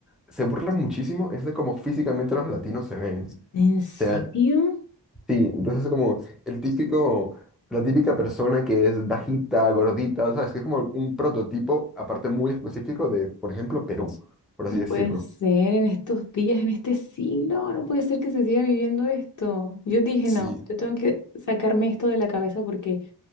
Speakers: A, in the centre; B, on the left (about 45°).
A: se burlan muchísimo, es de cómo físicamente los latinos se
B: ¿En serio?
A: ven. Sí, entonces es como el típico, la típica persona que es bajita, gordita, ¿sabes? Que es como un prototipo, aparte muy específico de, por ejemplo, Perú, por así
B: No
A: decirlo.
B: puede ser en estos días, en este siglo, no puede ser que se siga viviendo esto. Yo dije,
A: Sí.
B: no, yo tengo que sacarme esto de la cabeza porque